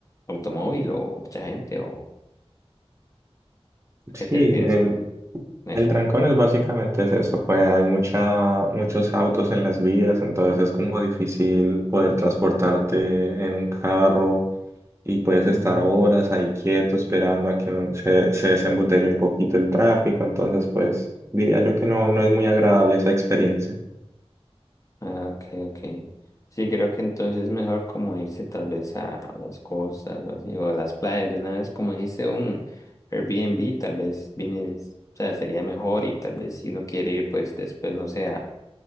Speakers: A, on the left (about 30°); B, on the right (about 25°).
A: automóvil o mucha gente? ¿O a
B: Sí,
A: qué te refieres
B: el,
A: con eso?
B: el trancón es básicamente es eso, pues hay mucha, muchos autos en las vías, entonces es como difícil poder transportarte en un carro y puedes
A: Mm.
B: estar horas ahí quieto esperando a que se, se desembotelle un poquito el tráfico. Entonces, pues diría yo que no, no es muy agradable esa experiencia.
A: Ah, ok, ok. Sí, creo que entonces es mejor como irse tal vez a, a las costas o así, o a las playas de una vez, como dijiste, un Airbnb, tal vez vienes, o sea, sería mejor y tal vez si no quiere ir, pues después, no sé, a